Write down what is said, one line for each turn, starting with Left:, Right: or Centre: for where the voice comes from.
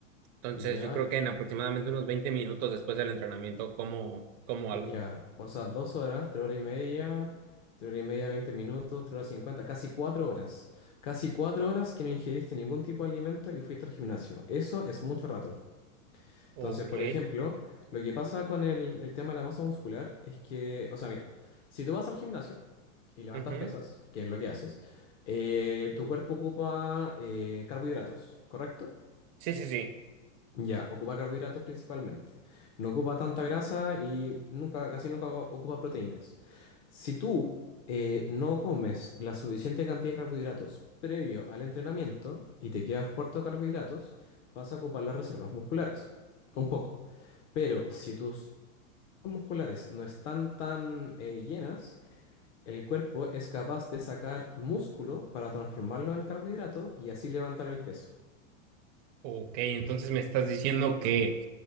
Right: Entonces,
Left: Ya,
Right: yo creo que en aproximadamente unos 20 minutos después del entrenamiento como, como
Left: ya,
Right: algo.
Left: o sea, dos horas, tres horas y media, tres horas y media, veinte minutos, tres horas cincuenta, casi cuatro horas. Casi cuatro horas que no ingeriste ningún tipo de alimento y fuiste al gimnasio. Eso es mucho rato. Entonces,
Right: Ok.
Left: por ejemplo, lo que pasa con el, el tema de la masa muscular es que, o sea, mira, si tú vas al gimnasio y levantas
Right: Ujú.
Left: pesas, que es lo que haces, eh, tu cuerpo ocupa eh, carbohidratos, ¿correcto?
Right: Sí, sí, sí.
Left: Ya, ocupa carbohidratos principalmente. No ocupa tanta grasa y nunca, casi nunca ocu- ocupa proteínas. Si tú eh, no comes la suficiente cantidad de carbohidratos previo al entrenamiento y te quedas corto de carbohidratos, vas a ocupar las reservas musculares. Un poco. Pero si tus musculares no están tan eh, llenas, el cuerpo es capaz de sacar músculo para transformarlo en carbohidrato y así levantar el peso.
Right: Ok, entonces me estás diciendo que